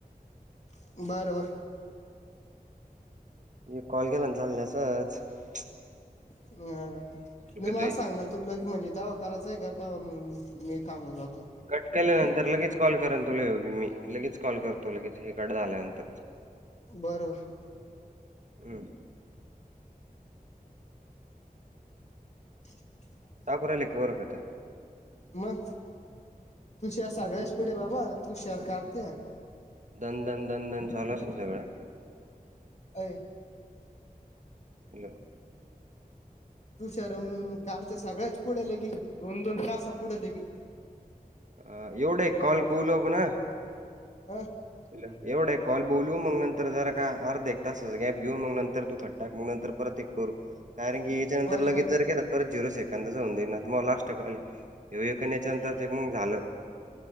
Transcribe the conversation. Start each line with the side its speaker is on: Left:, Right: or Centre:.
Left: तुं बारं वरं
Right: एक कॉल नां चालल्या संच
Left: अं नाहीं मलां
Right: तुये
Left: सांगणारं म्हणजे जावं करायचं आहे कां तवां मंग मी कामूंन जातो
Right: कट केल्यानंतर लगेचं कॉल करं तु येगी मी लगेच कॉल करतो लगेच हे कंट झाल्यानंतर
Left: बरोबर
Right: हम्मं
Left: हम्मं
Right: दांखू राहिले वरंकातं
Left: मंग तूं शहअंर सगळ्यांच पुढे बाबां तूं शहर करते
Right: दनं दनं दनं दनं चालूं असं नां सगळं
Left: अं
Right: हॅलो
Left: तुं शरमं कारं चं सगळ्यांचं पुढल गी दोन दोन तांस पुढले गी
Right: अ एवढे कॉल बोलू आपन आ.
Left: अ.
Right: हॅलो. एवढे कॉल बोलू, मग नंतर जरा का, आर्धे तासाच गॅप घेऊन मग नंतर तू खत टाक. मग नंतर परत एक करू. कारण की, याच्यानंतर
Left: बरं
Right: लगेच
Left: बरं
Right: जर केलं त तर झिरो सेकंदच होऊ देईणात. मग लास्ट कॉल घेऊया एक न याच्यानंतर जे मग झालं.